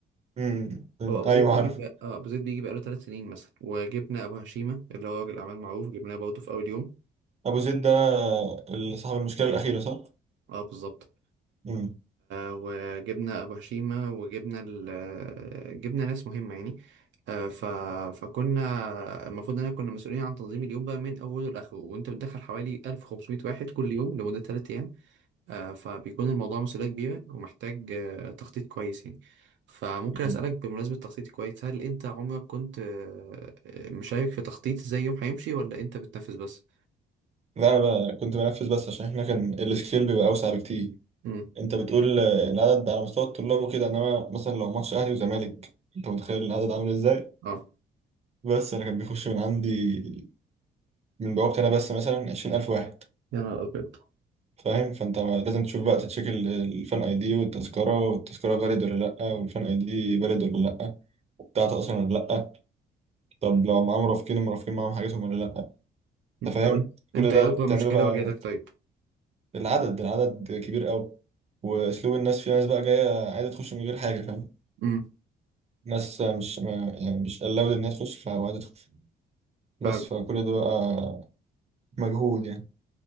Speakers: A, on the right; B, on the right.
A: امم أمم.
B: هو ابو
A: ايوه
B: زيد بيجي
A: عارف
B: بقى آه، ابو زيد بيجي بقاله ثلاث سنين مثلا وجبنا ابو هشيمه اللي هو راجل اعمال معروف جبناه برضه في اول يوم
A: ابو زيد ده آه، اللي صاحب المشكله الاخيره صح
B: اه بالظبط
A: امم
B: وجبنا ابو هشيمه وجبنا ال... جبنا ناس مهمه يعني آه، ف... فكنا المفروض ان انا كنا مسؤولين عن تنظيم اليوم بقى من اوله لاخره وانت بتدخل حوالي 1500 واحد كل يوم لمده 3 ايام آه، فبيكون الموضوع مسؤوليه كبيره ومحتاج آه، تخطيط كويس يعني فممكن اسالك
A: أمم.
B: بمناسبه تخطيط كويس هل انت عمرك كنت آه، آه، مشارك في تخطيط ازاي يوم هيمشي ولا انت بتنفذ بس
A: لا انا بقى كنت بنفذ بس عشان احنا كان السكيل بيبقى اوسع بكتير
B: امم
A: انت بتقول آه، العدد على مستوى الطلاب وكده انما مثلا لو ماتش اهلي وزمالك انت متخيل العدد عامل ازاي
B: اه
A: بس انا كان بيخش من عندي من بوابتي انا بس مثلا 20000 واحد
B: يا نهار ابيض
A: فاهم فانت لازم تشوف بقى تتشيك ال- الفان اي دي والتذكره والتذكره فاليد ولا لا والفان اي دي فاليد ولا لا بتاعته اصلا ولا لا طب لو معاه مرافقين المرافقين معاهم حاجتهم ولا لا
B: مم.
A: انت فاهم
B: طب انت
A: كل
B: إنت
A: ده
B: ايه اكبر
A: تعمله
B: مشكله
A: بقى
B: واجهتك طيب
A: العدد العدد كبير قوي واسلوب الناس في ناس بقى جايه عايزه تخش من غير حاجه فاهم
B: مم.
A: ناس مش ما- يعني مش allowed ان هي تخش فعايزه تخش بس
B: ف...
A: فكل ده بقى مجهود يعني